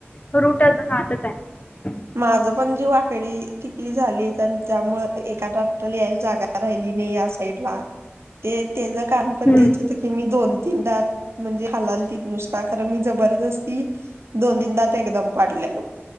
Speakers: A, on the left (about 35°); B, on the right (about 70°).
A: रूट अजून आतच आहे.
B: माझ पण जीव वाकडी टिकडी झाली त्यामुळे एखकादा टल यायल जागा राहिली नाही या साईड ला ते त्याच कारण पण
A: हम्म.
B: तेच होतं की मी दोन तीनदा म्हणजे हालालतीत नुसता कारण मी ज बरदस्ती दोन तीनदाात एकदम पाडलेलो.